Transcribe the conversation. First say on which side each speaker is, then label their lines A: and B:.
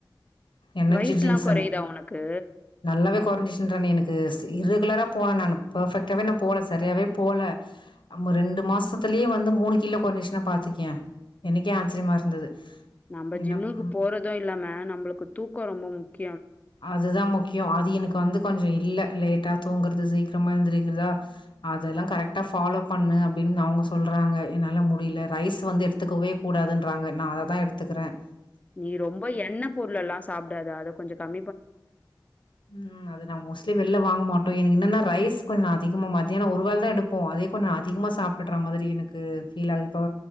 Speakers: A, on the left (about 75°); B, on the left (about 20°).
A: எனர்ஜி
B: வெயிட்லாம்
A: ட்ரிங்க்ஸ்
B: குறையுதா
A: அந்
B: உனக்கு?
A: நல்லாவே குறைஞ்சிச்சுறேன் எனக்கு இர்ரெகுலரா போனே நானு பர்ஃபெக்டாவே நான் போல சரியாவே போல ரெண்டு மாசத்துலேயே வந்து மூணு கிலோ கொரஞ்சினா பாத்துக்கியே எனக்கே ஆச்சிரியமா இருந்தது
B: நம்ம
A: என்ன
B: ஜிம்முக்கு
A: ம்
B: போறதும் இல்லாம நம்மளுக்கு தூக்கம் ரொம்ப முக்கியோ
A: அதுதான் முக்கியம் அது எனக்கு வந்து கொஞ்சம் இல்ல லேட் கா தூங்குறது சீக்கிரமா எந்திருக்கிறதா அதெல்லாம் கரெக்டா பா ஃலோ பண்ணு அப்படின்னு அவங்க சொல்றாங்க என்னால முடியல ரைஸ் வந்து எடுத்துக்கவே கூடாதுன்றாங்க நான் அததான் எடுத்துக்கிறேன்
B: நீ ரொம்ப எண்ணெய் பொருள் எல்லாம் சாப்புடாத அத கொஞ்சம் கண்
A: உம் அது நான் மோஸ்ட்லி வெளில்ல வாங்க மாட் எனக்கு என்னான ரைஸ் கொஞ்சம் அதிகமா மத்தியானம் ஒருவேளதான் எடுபோம் அதே கொஞ்சம் அதிகமா சாப்டுற மாதிரிக்கு